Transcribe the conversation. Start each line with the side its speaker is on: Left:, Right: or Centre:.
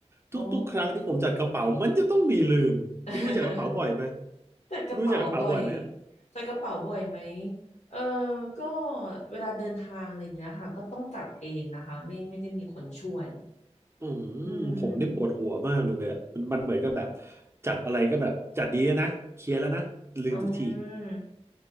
Right: ทุกๆครั้งที่ผมจัดกระเป๋ามันจะต้องมีลืมคุณรู้จักกระเป๋าบ่อยไหม
Left: อ๋อ <laughs> จัดกระเป๋าบ่อย
Right: คุณรู้จักกระเป๋าบ่อยไหม
Left: จัดกระเป๋าบ่อยไหมเออก็เวลาเดินทางอะไรอย่างเงี้ยค่ะก็ต้องจัดเองนะคะไม่ไม่ได้มีคนช่วย
Right: อืม
Left: อืม
Right: ผมได้ปวดหัวมากเลยอ่ะมันมันเหมือนกับแบบจัดอะไรก็แบบจัดดีอะนะเคลียร์แล้วนะลืมทุกที
Left: อืม